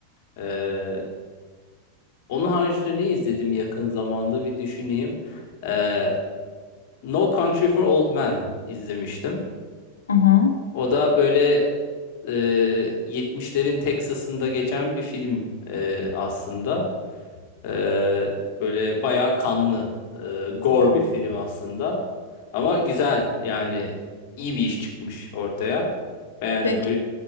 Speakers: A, on the left; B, on the left.
A: E, onun haricinde ne izledim yakın zamanda bir düşüneyim. E, No Country for Old Men izlemiştim.
B: Hı hı.
A: O da böyle e, 70'lerin Texas'ında geçen bir film e, aslında. E, böyle bayağı kanlı, e, gore
B: Oo.
A: bir film aslında. Ama güzel yani iyi bir iş çıkmış ortaya. Beğendi.
B: Peki
A: Böyle